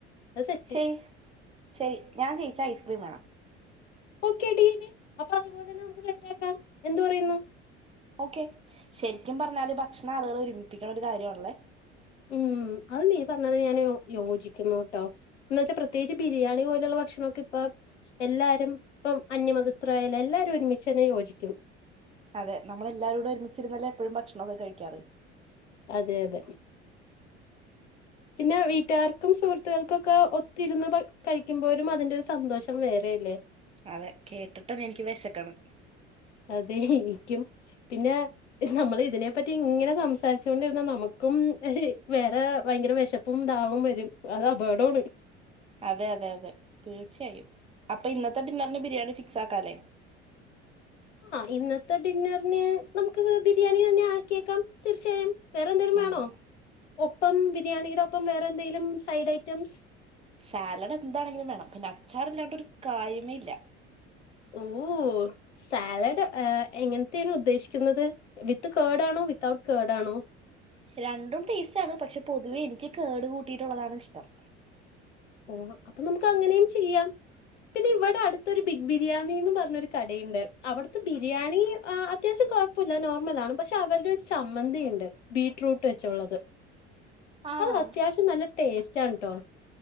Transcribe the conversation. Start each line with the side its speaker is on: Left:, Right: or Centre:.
Left: അത് സെറ്റ്
Right: ശരി ശരി ഞാൻ ജയിച്ച ഐസ്ക്രീം വേണം
Left: ഓക്കെ ഡീൽ അപ്പൊ അതുപോലെന്നെ നമ സെറ്റാകം എന്ത് പറയുന്നു
Right: ഓക്കെ ശരിക്കും പറഞ്ഞാല് ഭക്ഷണ ആളുകൾ ഒരുമിപ്പിക്കണ ഒരു കാര്യമാണല്ലേ
Left: ഉം അത് നീ പറന്നത് ഞാൻ യോജിക്കുന്നു കേട്ടോ എന്നന്ന് വെച്ചാ പ്രത്യേകിച്ച് ബിരിയാണി പോലെയുള്ള ഭക്ഷണൊക്കെ ഇപ്പ എല്ലാരും ഇപ്പം അന്യമതസ്ഥായല്ല എല്ലാരും ഒരുമിച്ചച്ച്നെ യോജിക്കും
Right: അതെ നമ്മള എല്ലാരും കട ഒരുമിച്ചിരുന്നല്ലേ എപ്പോഴും ഭക്ഷണൊക്കെ കഴിക്കാറ്
Left: അതെ അതെ പിന്നെ വീട്ടുകാർക്കും സുഹൃത്തുക്കൾക്കും ഒക്കെ ഒത്തിരുന്ന് കഴിക്കുമ്പോഴും അതിന്റെ ഒരു സന്തോഷം വേറെ ഇല്ലേ
Right: അതെ കേട്ടിട്ടന്നെ എനിക്ക് വിശക്കാണ്
Left: അതെ എനിക്കും പിന്നെ നമ്മൾ ഇതിനെ പറ്റി ഇങ്ങനെ സംസാരിച്ചൊണ്ടിരുന്ന നമുക്കും വേറെ ഭയങ്കര വിശപ്പും ദാഹവും വരും അത് അപകടമാണ്
Right: അതെ അതെ അതെ തീർച്ചയായും അപ്പൊ ഇന്നത്തെ ഡിന്നറിന് ബിരിയാണി ഫിക്സ് ആക്കാലേ
Left: ആ ഇന്നത്തെ ഡിന്നറിന് നമുക്ക് ബിരിയാണി തന്നെ ആക്കിയേക്കാം തീർച്ചയായും വേറെ എന്തെങ്കിലും
Right: ആഹ്
Left: വേണോ ഒപ്പം ബിരിയാണിയുടെ ഒപ്പം വേറെന്തെങ്കിലും സൈഡ് ഐറ്റംസ്
Right: സാലഡ് എന്താണെങ്കിലും വേണം പിന്നെ അച്ചാറ ഇല്ലാണ്ട്രു കായമ ഇല്ല
Left: ഓ ഓ സാലഡ്എങ്ങനത്തെയാണ് ഉദ്ദേശിക്കുന്നത് വിത്ത് കേഡ് ആണോ വിതഔട്ട് കേഡ് ആണോ ഉ
Right: രണ്ടും ടേസ്റ്റ് ആണ് പക്ഷെ പൊതുവേ എനിക്ക് കേട് കൂട്ടിയിട്ടുള്ളതാണ് ഇഷ്ടം
Left: ഓ അപ്പൊ നമുക്ക് അങ്ങനെയും ചെയ്യാം പിന്നെ ഇവിടെ അടുത്തൊരു ബിഗ് ബിരിയാണിന്ന് പറഞ്ഞൊരു കടയുണ്ട് അവിടുത്തെ ബിരിയാണി അത്യാവശ്യം കുഴപ്പമില്ല നോർമൽണ് പക്ഷെ അവരുടെരു സമ്മന്തിുണ്ട് ബീറ്റ്റൂട്ട് വെച്ചുള്ളത്
Right: ആണാ
Left: അത് അത്യാവശ്യം നല്ല ടേസ്റ്റ് ആണ്ട്ടോ